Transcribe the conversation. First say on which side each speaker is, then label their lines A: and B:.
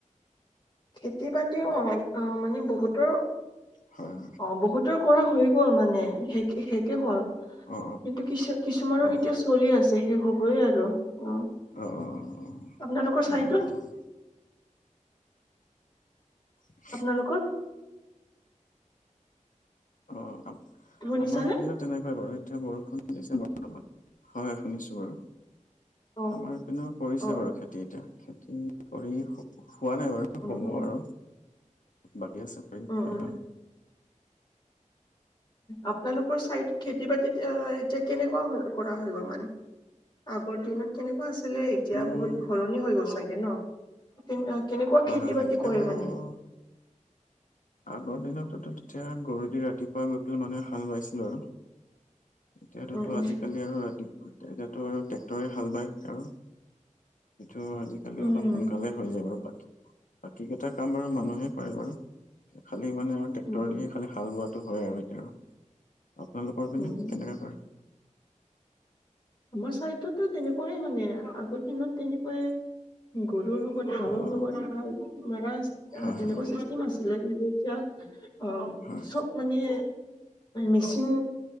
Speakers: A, on the left (about 35°); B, on the left (about 80°).
A: খেতি বাতি অ' অ' মানে বহুতৰ অ' বহুত
B: হয়
A: বহুতৰ কৰা হৈ গ'ল মানে শে শেষে হ'ল।
B: অ
A: কিন্তু কিছু কিছুমানোৰ
B: অ অ
A: এতিয়া চলি আছে শেষ হ'বয়েই আৰু। অ
B: অ' অ' অ'
A: আপোনালোকৰ চাইডত
B: অ'। <inaudible>
A: আপোনালোকৰ।
B: অ'
A: শুনিছানে
B: আমাৰ এইপনে তেনেকুৱাই বাৰু এতিয়া বৰষুণ দিছে বৰ্তমান। হয় শুনিছো বাৰু।
A: অ অ
B: আমাৰ ইপিনেও কৰিছে
A: অ
B: বাৰু খেতি এতিয়া। খেতি কৰি হোৱা নাই বাৰু।
A: অ উম
B: হ'ব আৰু বাকী আছে কৰিম
A: উম উম
B: <unintelligible>
A: আপোনালোকৰ চাইড খেতি-বাতি এতিয়া কেনেকুৱা কৰা হৈ গ'ল মানে। আগৰ দিনত কেনেকুৱা আছিলে এতিয়া
B: উম
A: বহুত সলনি হৈ গ'ল চাগে ন'। কেনেকুৱা
B: হয়
A: খেতি-বাতি
B: হয় হয় তেতিয়া
A: কৰে
B: বাৰু
A: মানে‌।
B: আগৰ দিনততো তেতিয়া গৰু দি ৰাতিপুৱা গৈ পেলাই মানুহে হাল বাইছিলো আৰু। এতিয়া তোতো
A: উম
B: আজিকালি আৰু ৰাতিপুৱা এতিয়াতো আৰু ট্ৰেক্টৰে হাল বায় আৰু‌। সেইটো বাৰু আজিকালি
A: উম
B: অলপ সোনকালে হৈ যায় বাৰু, বাকী, বাকী কেইটা কাম বাৰু
A: উম
B: মানুহে কৰে বাৰু। খালি মানে আৰু ট্ৰেক্টৰ
A: উম উম
B: দিহে খালি হাল বোৱাটো হয় আৰু এইটো। আপোনালোকৰ পিনে,
A: উম উম
B: কেনেকে কৰে?
A: আমাৰ চাইডটো তেনেকুৱাই মানে, আগৰ দিনত তেনেকুৱাই গৰুৰ লগত হালৰ
B: অ অ
A: লগত ভাল, মাৰা আছে
B: হয়
A: তেনেকুৱা আছিলে, কিন্তু এতিয়া অ'
B: হয়
A: মানে মেচিন,